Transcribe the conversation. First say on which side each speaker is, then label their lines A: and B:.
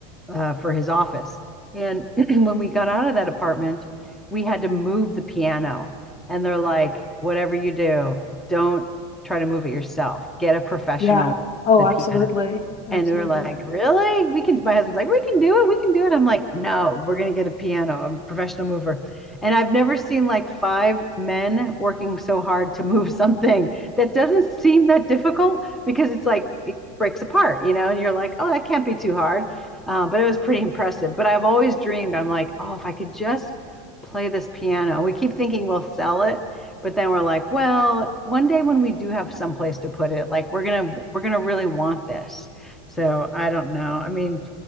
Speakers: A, in the centre; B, on the left.
A: uh, for his office. And <clears throat> when we got out of that apartment, we had to move the piano. And they're like, whatever you do, don't try to move it yourself. Get a professional,
B: yeah. Oh,
A: the
B: absolutely.
A: piano and
B: Absolutely.
A: we were like, really? We can, my husband's like, we can do it. We can do it. I'm like, no, we're going to get a piano. I'm a professional mover. And I've never seen like five men working so hard to move <laughs> something that doesn't seem that difficult because it's like, it breaks apart, you know, and you're like, oh, that can't be too hard. Uh, but it was pretty impressive. But I've always dreamed, I'm like, oh, if I could just play this piano. We keep thinking we'll sell it but then we're like well one day when we do have someplace to put it like we're gonna we're gonna really want this so I don't know. I mean,